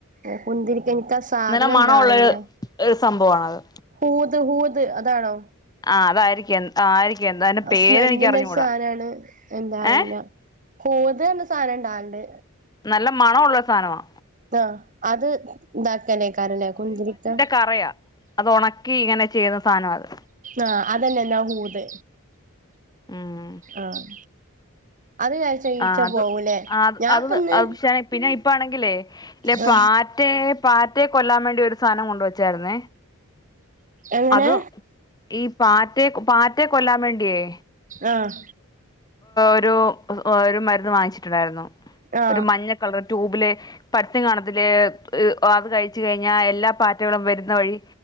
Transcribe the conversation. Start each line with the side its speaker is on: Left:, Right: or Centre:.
Right: എ കുന്തിരിക്ക ഇൻക്കാ സാധനം
Left: നല്ല മണമുള്ളൊരു
Right: എന്താ അറീല
Left: ഒരു സംഭവാണത്
Right: ഹൂത് ഹൂത് അതാണോ
Left: ആ അതായിരിക്കും ആയിരിക്കും എന്താ അതിന്റെ പേരെനിക്ക്
Right: സ് നെന്നിന്റെ
Left: അറിഞ്ഞൂടാ
Right: സാന ആണ് എന്താ അറില.
Left: ഏ
Right: ഹോത് സാനം ഇണ്ടാവെലണ്ട്.
Left: നല്ല മണ ഉള്ള സാനമാ.
Right: ആ അത് ഇതാക്കാനേക്കരല്ലേ കുന്തിരിക.
Left: പറയാ അത് ഉണക്കി ഇങ്ങനെ ചെയ്യുന്ന സാന അത്
Right: ആഹ് അതന്നെ ന്നാഹുത്
Left: ഉം
Right: ആഹ് അത് തേച്ച ഈച്ച
Left: ആ അത്
Right: പോവൂലേ
Left: ആ അത്
Right: ഞാപ്പന്ന്
Left: അത് പക്ഷെ പിന്നെ ഇപ്പാണെങ്കിലേ ഇല്ലെ
Right: ആ
Left: പാറ്റെ പാറ്റയെ കൊല്ലാൻ വേണ്ടി ഒരു സാനം കൊണ്ട് വച്ചായിരുന്നേ.
Right: എങ്ങനെ
Left: അതും ഈ പാറ്റെ പാറ്റെ കൊല്ലാൻ വേണ്ടിയേ
Right: ആഹ്
Left: ഒരു ഒരു മരുന്ന് വാങ്ങിച്ചിട്ടുണ്ടായിരുന്നു
Right: ആ
Left: ഒരു മഞ്ഞ കളർ ട്യൂബില്. പച്ച കാണത്തിലെ അത് കഴിച്ചു കഴിഞ്ഞാ എല്ലാ പാറ്റകും വരുന്ന വഴി.